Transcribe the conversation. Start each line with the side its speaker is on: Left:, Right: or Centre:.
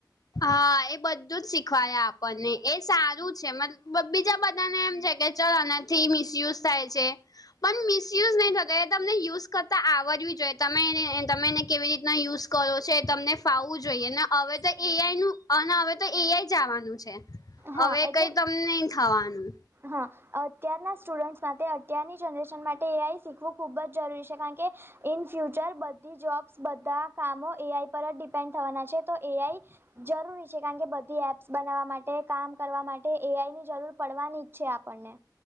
Left: હા એ બધું જ શીખવાયા આપણને એ સારું છે મ બીજા બધાને એમ છે કે ચ આનાથી મિસયુઝ થાય છે. પણ મિસયુઝ નહી થતો એ તમને યુઝ કરતા આવડવી જોઈએ તમે તમેને કેવી રીતના યુઝ કરો છે એ તમને ફાવવું જોઈએ ને હવે તો એ આઈ નું અને હવે તો એ આઈ આવાનું છે
Right: હા
Left: હવે
Right: એટલે
Left: કઈ તમને નહી થવાનું
Right: હા અત્યારના સ્ટુડન્ટ્સ માટે અત્યારની જનરેશન માટે એ આઈ શીખવું ખૂબ જ જરૂરી છે કારણ કે ઇન ફ્યુચર બધી જોબ્સ બધા કામો એ આઈ પર જ ડિપેન્ડ થવાના છે તો એઆઈ જરૂરી છે કારણ કે બધી એપ્સ બનાવવા માટે કામ કરવા માટે એઆઈ ની જરૂર પડવાનીજ છે આપણને